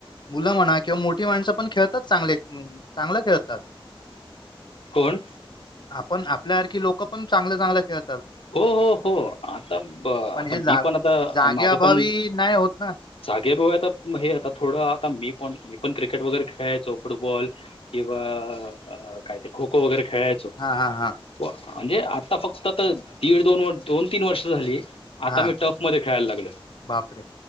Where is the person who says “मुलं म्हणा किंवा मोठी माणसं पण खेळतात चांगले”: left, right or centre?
Left